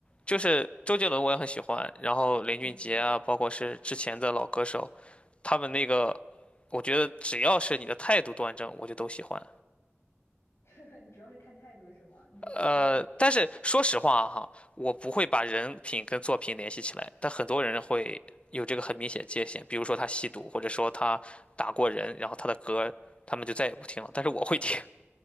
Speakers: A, on the left; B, on the left.
A: 就是周杰伦我也很喜欢，然后林俊杰啊，
B: 嗯，
A: 包括是之前的老歌手，他们那个，我觉得只要是你的态度端正，我就都喜欢。
B: <laughs> 你主要是看态度是吗？你的歌呢？
A: 呃，但是说实话哈，我不会把人品跟作品联系起来，但很多人会有这个很明显界限，比如说他吸毒，
B: 但
A: 或者说他打过人，然后他的歌他们就再也不听了，但是我会听